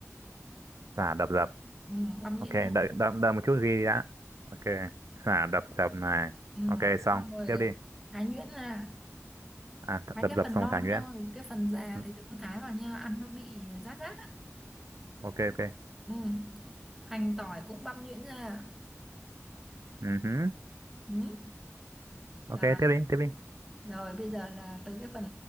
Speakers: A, on the right (about 80°); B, in the centre.
A: xả đập dập
B: ừ, băm
A: ok
B: nhuyễn ra
A: đợi đợi, đợi một chút ghi đã ok xả đập dập này
B: ừ.
A: ok xong
B: xong rồi
A: tiếp
B: à,
A: đi
B: thái nhuyễn ra
A: à th-
B: mấy
A: đập
B: cái
A: dập
B: phần
A: xong
B: non
A: một thái nhuyễn
B: thôi cái phần già
A: Ừ,
B: thì đừng có thái vào nha ăn nó bị rát rát á
A: ok ok
B: ừ. hành tỏi cũng băm nhuyễn ra à?
A: ừ hứ.
B: ừ.
A: ok
B: Rồi.
A: tiếp đi tiếp đi
B: rồi bây giờ là tới cái phần